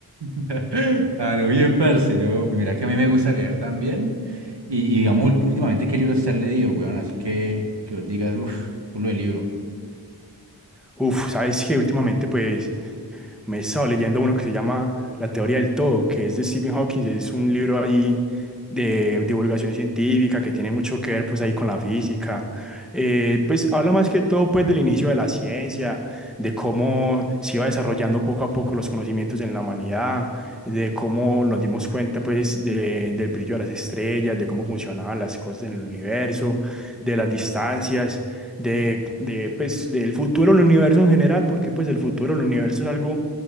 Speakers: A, on the right (about 85°); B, in the centre.
A: <laughs> Claro, bien, parce, ¿no? Pues Mira que a mí me gusta leer también. Y, y digamos, ult- últimamente, ¿qué libros te has leído, weón? Así que que os digas, uff, culo de libro.
B: Uf, sabes que últimamente pues Me he estado leyendo uno que se llama La teoría del todo, que es de Stephen Hawking. Es un libro ahí de divulgación científica que tiene mucho que ver pues ahí con la física. Eh, pues habla más que todo pues del inicio de la ciencia, de cómo se iba desarrollando poco a poco los conocimientos en la humanidad, de cómo nos dimos cuenta pues de- del brillo de las estrellas, de cómo funcionaban las cosas en el universo, de las distancias de, de, pues, del futuro del universo en general, porque pues el futuro del universo es algo